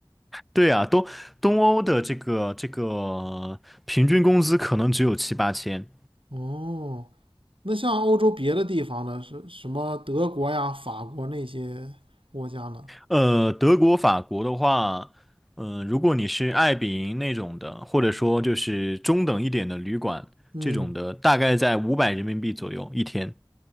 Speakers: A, in the centre; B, on the right.
A: 对啊，东东欧的这个这个平均工资可能只有七八千。
B: 哦，那像欧洲别的地方呢，是什么德国呀、法国那些国家呢？
A: 呃，德国、法国的话，嗯、如果你是爱彼迎那种的，或者说就是中等一点的旅馆这种的，
B: 嗯，
A: 大概在五百人民币左右一天。